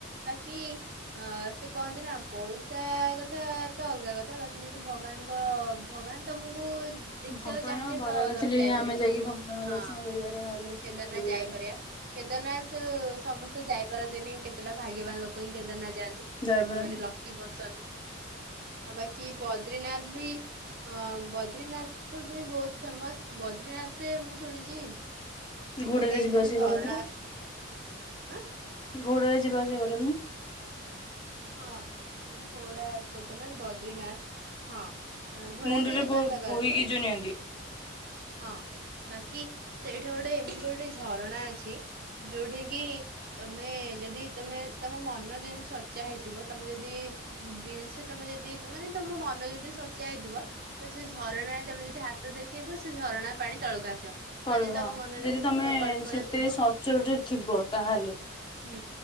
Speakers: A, on the right; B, on the left.
A: ବାକି ଅ ସେ କହନ୍ତି ନା ପଇସା କଥା ତ ଅଲଗା କଥା ବାକି ଯଦି ଭଗବାନଙ୍କ ଭଗବାନ ତମକୁ ଦେଖିବାକୁ
B: ଭଗବାନ
A: ଚାହିଁଲେ
B: ବରାଦ
A: ତ ତମେ
B: ଥିଲେ
A: ଯାଇପାରିବ
B: ହିଁ ଆମେ ଯାଇକି ଭଗବାନଙ୍କ
A: ହଁ
B: ଦର୍ଶନ କରିପାରିବା ନହେଲେ ଦର୍ଶନ
A: କେଦାରନାଥ
B: କରିପାରିବାନି।
A: ଯାଇପାରିବା କେଦାରନାଥ ସମସ୍ତେ ଯାଇ। ବାର ଦେନି କେତେ? ଲୋକ ହିଁ କେଦାରନାଥ ଯାଆନ୍ତି
B: ଯାଇପାରନ୍ତି
A: ଯୋଉମାନେ ଲକି ପରସନ ଆଉ ବାକି। ବଦ୍ରିନାଥ ବି ଅ ବଦ୍ରିନାଥ ବି ବହୁତ ଫେମସ ବଦ୍ରିନାଥରେ ମୁଁ ଶୁଣିଛି
B: ଘୋଡାରେ
A: ଗୋଟେ ଏମିତି
B: ଯିବା ଆସିବା
A: ଝରଣା
B: କରନ୍ତି ନାଁ?
A: ଅଛି ଆଁ?
B: ଘୋଡରେ ଯିବା ଆସିବା କରନ୍ତି ନାଁ?
A: ହଁ। ଉଁ ଘୋଡ଼ା କେତେ ନା ବ ବଦ୍ରିନାଥ ହଁ ଘୋଡାରେ
B: ମୁଣ୍ଡରେ
A: ତ ଯିବା
B: ବୋ
A: ଆସିବା କରନ୍ତି
B: ବୋହିକି ଯୋଉ ନିଅନ୍ତି।
A: ହଁ ବାକି ସେଇଠି ଗୋଟେ ଏମିତି ଗୋଟେ ଝରଣା ଅଛି ଯୋଉଠି କି ତମେ ଯଦି ତମେ ତମ ମନ ଯଦି ସ ସଚା ହେଇଥିବ ତମେ ଯଦି ଦିଲସେ ତମେ ଯଦି ମାନେ ତମ ମନ ଯଦି ସଚା ହେଇଥିବ ତ ସେ ଝରଣାରେ ତମେ ଯଦି ହାତ ଦେଖେଇବ ସେ ଝରଣା ପାଣି ତଳକୁ ଆସିବ।
B: ପଳିବ
A: ଆଉ ଯଦି
B: ହଁ
A: ତମ ମନରେ
B: ଯଦି
A: କୁଟ
B: ତମେ
A: କଳ୍ପନା
B: ସେତେ
A: ଥିବ
B: ସଚୋଟରେ ଥିବ ତାହେଲେ।
A: ହୁଁ